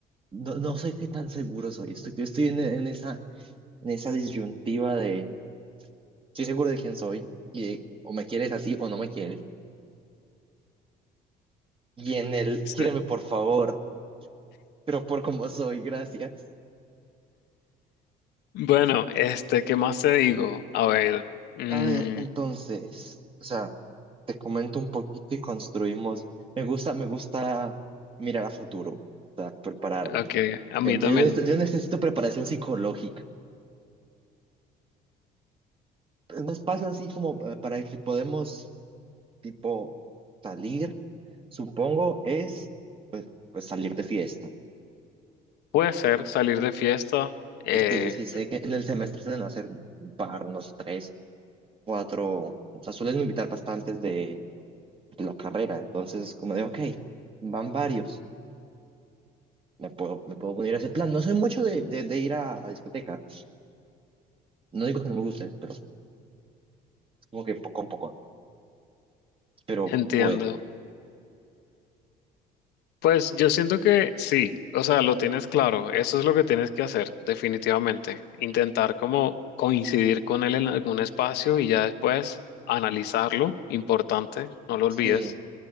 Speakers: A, on the right (about 30°); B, on the left (about 80°).
A: no, no sé qué tan seguro soy. Estoy, yo estoy en, en esa, en esa disyuntiva de, estoy seguro de quién soy, y de, o me quieres así o no me quieres. Y en el,
B: <laughs>
A: quiéreme por favor, pero por cómo soy, gracias.
B: Bueno, este, ¿qué más te digo? A ver, mm,
A: A ver, entonces, o sea. te comento un poquito y construimos. Me gusta, me gusta mirar a futuro, o sea, prepararme.
B: ok, a
A: Bien,
B: mí también.
A: yo, neces- yo necesito preparación psicológica. Un espacio así como eh, para que podemos, tipo, salir, supongo, es pues salir de fiesta.
B: Puede ser salir de fiesta, eh,
A: Porque yo sí sé que en el semestre suelen hacer un par, unos tres, cuatro, o sea, suelen invitar bastantes de, de la carrera. Entonces, como de, ok, van varios. me puedo, me puedo poner a ese plan. No soy mucho de, de- de ir a, a discoteca. No digo que no me guste, pero es como que poco a poco. Pero
B: entiendo.
A: puedo.
B: Pues yo siento que sí, o sea, lo tienes claro, eso es lo que tienes que hacer, definitivamente. Intentar como coincidir con él en algún espacio y ya después analizarlo, importante, no lo olvides.
A: Sí,